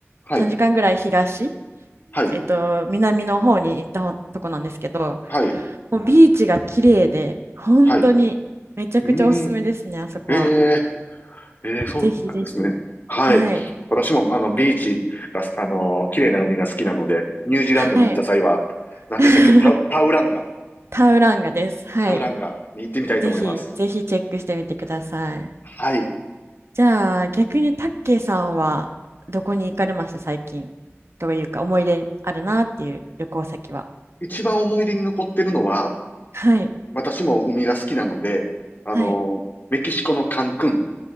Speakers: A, on the left; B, on the right.
A: はい、
B: 3時間ぐらい東。
A: はい、
B: えっと、南の方に行ったほとこなんですけど、
A: はい、
B: もうビーチが綺麗で、本当にめちゃくちゃおすすめですね、
A: はい。うーん。
B: あそこは。
A: ええええそうなんですね。
B: ぜひぜひ。
A: はい。
B: はい。
A: 私も、あの、ビーチが、あの、綺麗な海が好きなので、ニュージーランドに行った際は、
B: はい。
A: 何でしたっけタウ、
B: <laughs>
A: タウランガ、
B: タウランガです。はい。
A: タウランガに行ってみたいと思います。
B: ぜひ、ぜひチェックしてみてください。
A: はい。
B: じゃあ、逆にタッケイさんはどこに行かれました、最近。というか、思い出あるなっていう旅行先は。
A: 一番思い出に残ってるのは、
B: はい。
A: 私も海が好きなので、あの、
B: はい。
A: メキシコのカンクン